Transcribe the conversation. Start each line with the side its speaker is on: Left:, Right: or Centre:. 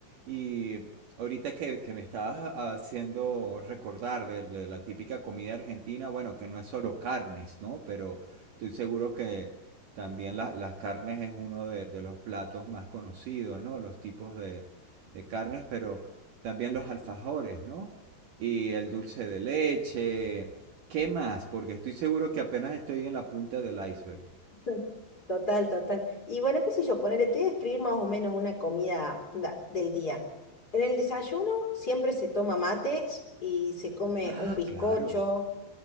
Right: Y ahorita que, que me estabas haciendo recordar de, de la típica comida argentina, bueno, que no es solo carnes, ¿no? Pero estoy seguro que también la- las carnes es uno de, de los platos más conocidos, ¿no? Los tipos de, de carnes, pero también los alfajores, ¿no? Y el dulce de leche. ¿Qué más? Porque estoy seguro que apenas estoy en la punta del iceberg.
Left: <laughs> Total, total. Y bueno, qué sé yo, ponerle, te voy a describir más o menos una comida da- del día. En el desayuno siempre se toma mates y se come
Right: Ah,
Left: un bizcocho,
Right: claro.